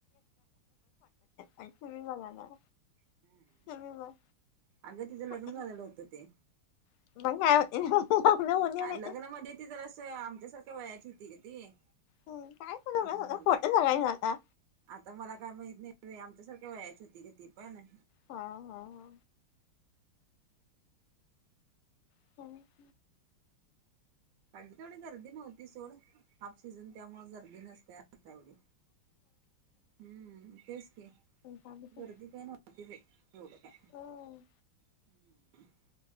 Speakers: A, on the left; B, on the right.
A: आणि तुम्ही बघा ना.
B: हम्म
A: तुम्ही बघ
B: अगं तिचं लग्न
A: कुठे
B: झालेलं होतं ते.
A: <unintelligible> उद्या नाही
B: लग्न म्हणजे ती जरा असं आमच्यासारख्या वयाची होती ग ती.
A: हम्म काय पण उगच
B: असं
A: आता
B: झालं
A: खोटं सांगायचं आता.
B: आता मला काय माहित नाही पण आमच्यासारखं वयाची होती का ती पण.
A: हा हा हा. <unintelligible>
B: पाहिजे थोडी गर्दी नव्हती सोड हाफ सीझन त्यामुळे गर्दी नस नव्हती आता एवढी हम्म तेच की
A: हा
B: गर्दी काय नव्हती बाई एवढं काय.
A: हा
B: <inaudible>